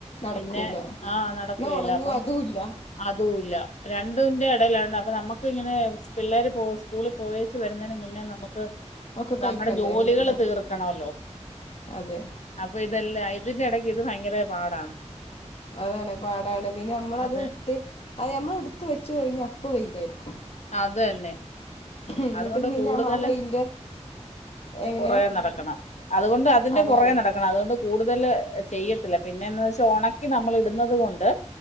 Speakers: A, on the left; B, on the left.
A: നടക്കൂല
B: പിന്നെ ആഹ് നടക്കേല.
A: എന്നാ ഉണങ്ങും
B: അപ്പൊ
A: അതുല്ല
B: അതുല്ല രണ്ടിന്റെ എടയിലണ്ട് അപ്പൊ നമ്മുക്ക് ഇങ്ങനെ പിള്ളേര് പോ സ്കൂളി പോയെച്ച് വരുന്നേന് മുന്നേ നമുക്ക്
A: ഒക്കെ കഴിക്കണ്ടേ
B: നമ്മടെ ജോലികള്
A: വീട്ടത്തെ
B: തീർക്കണോല്ലോ.
A: അതെ.
B: അപ്പൊ ഇതെല്ലാം ഇതിന്റെ എടക്ക് ഇത് ഭയങ്കര പാടാണ്.
A: അതാണ് പാടാണ്. പിന്നെ അമ്മളത്
B: അതെ
A: ഇട്ട് അത്‌ ഞമ്മള് എടുത്ത് വെച്ച് കഴിഞ്ഞ അപ്പ വെയിലായിരിക്കും.
B: അത് തന്നെ
A: എന്നിട്ട്
B: അതുകൊണ്ട്
A: പിന്നെ
B: കൂടുതല്
A: നമ്മ ആ വെയിലിന്റെ എങ്ങനെ
B: പുറകെ നടക്കണം അതുകൊണ്ട് അതിന്റെ
A: അതാണ്
B: പുറകെ നട ക്കണം അതുകൊണ്ട് കൂടുതല് ചെയ്യത്തില്ല. പിന്നെന്താ‌വെച്ചാ ഒണക്കി നമ്മള് ഇടുന്നത് കൊണ്ട്.